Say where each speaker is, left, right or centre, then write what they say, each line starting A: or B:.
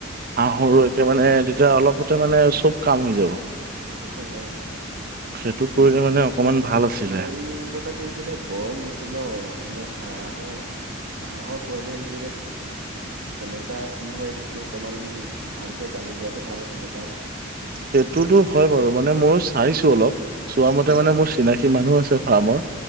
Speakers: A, on the right; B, on the right.
A: হাঁহ
B: উম
A: সৰু একে মানে তেতিয়া অলপতে মানে চব কাম হৈ যাব।
B: সেইটো হয়।
A: সেইটো
B: উম
A: কৰিলে মানে অকমান ভাল আছিলে
B: মেইন কথাটো হৈছে যে গৰম বেছি ন' মানে হাঁহে হাঁহয় পোৱালি আনিলে যে কেনেকা কি হয় সেইটো অকমান ভালকে জানি লোৱাটো ভাল আছিলে কাৰণ
A: সেইটোতো হয় বাৰু মানে ময়ো চাইছো অলপ চোৱা
B: উম
A: মতে মানে মোৰ চিনাকি মানুহ আছে।, ফামত